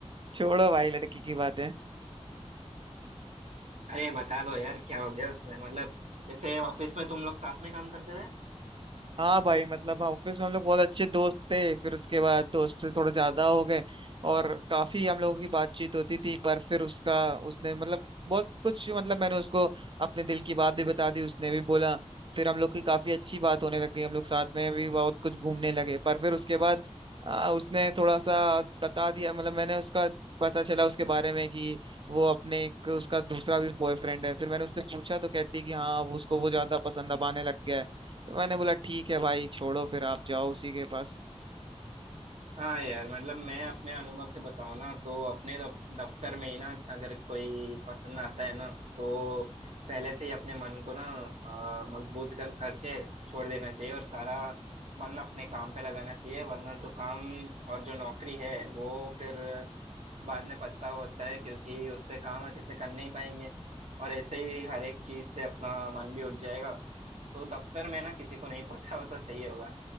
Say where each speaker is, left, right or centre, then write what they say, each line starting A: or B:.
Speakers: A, on the right; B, on the right.
A: छोड़ो भाई लड़की की बातें
B: अरे बता दो यार क्या हो गया उसमें मतलब जैसे ऑफिस में तुम लोग साथ में काम करते थे
A: हाँ भाई मतलब ऑफिस में हम लोग बहुत अच्छे दोस्त थे फिर उसके बाद दोस्त से थोड़े ज्यादा हो गए और काफी हम लोगों की बातचीत होती थी पर फिर उसका उसने मतलब बहुत कुछ मतलब मैंने उसको अपने दिल की बात भी बता दी उसने भी बोला फिर हम लोग की काफी अच्छी बात होने लग गई हम लोग साथ में भी बहुत कुछ घूमने लगे पर फिर उसके बाद आ, उसने थोड़ा सा बता दिया मतलब मैंने उसका पता चला उसके बारे में कि वो अपने एक उसका दूसरा भी बॉयफ्रेंड है फिर मैंने उससे पूछा तो कहती है कि हाँ वो उसको वो ज्यादा पसंद अब आने लग गया है तो मैंने बोला ठीक है भाई छोड़ो फिर आप जाओ उसी के पास
B: हाँ यार मतलब मैं अपने अनुभव से बताऊँ ना तो अपने दफ, दफ्तर में ही ना अगर कोई पसंद आता है ना तो पहले से ही अपने मन को ना अ, मजबूत कर, करके छोड़ देना चाहिए और सारा मन अपने काम पे लगाना चाहिए वरना जो काम और जो नौकरी है वो फिर बाद में पछतावा होता है क्योंकि उस पे काम अच्छे से कर नहीं पाएंगे और ऐसे ही हर एक चीज से अपना मन भी उठ जाएगा तो दफ्तर में ना किसी को नहीं पता हो तो सही होगा